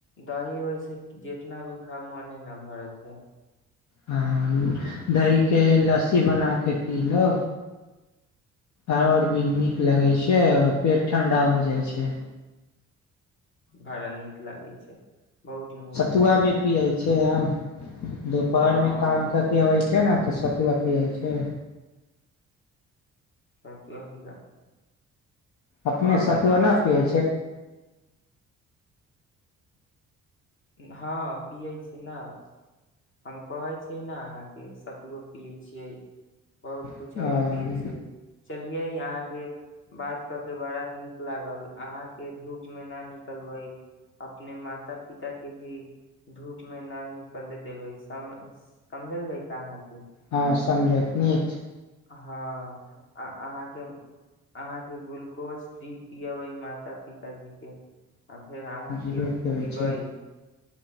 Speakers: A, on the left; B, on the left.
A: दही ओहिस जितना भी खाव मोने न भरत है
B: हँ दही के लस्सी बना क पी लो आ आओर भी नीक लगै छै आओर पेट ठण्डा हो जाइ छै
A: भाड़ा नीक लागै छै बहुत नीक
B: सतुआ
A: लागे
B: भी पियै छै आब ह दुपहर
A: हँ
B: मे काम कर के अबै छै ने तऽ सतुआ पीअइ छै
A: त अभी क
B: अपने
A: अर
B: सतुआ
A: बताबै
B: न
A: छै
B: पियै
A: हँ पियै छिय ने हम कहै छियै ने अहाँके सतुओ पियै छियै बहुत कछ
B: अ
A: आरो पियै छियै चलियै अहाँके बात क के बड़ा नीक लागल अहाँके धूप मे न निकलबै अपने माता प पिता के भी धूप में ना निकल देबे सम समझल जयता अहाँ के
B: हँ समझत न
A: हँ आ अहाँके अहाँके ग्लूकोज डी पियबै माता-पिताजी के फेर अहाँके
B: जरूरत
A: भी
B: त होइ
A: पीबै
B: छै